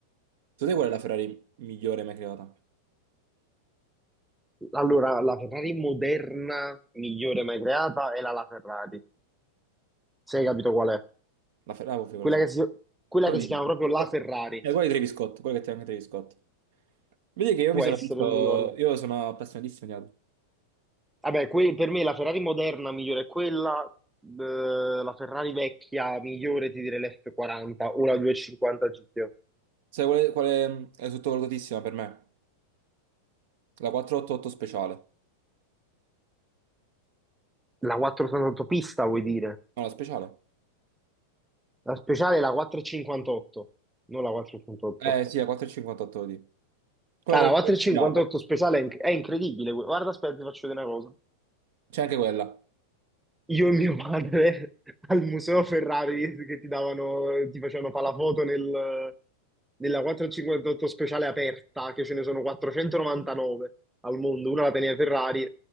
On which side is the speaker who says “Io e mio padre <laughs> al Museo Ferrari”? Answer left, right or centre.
Centre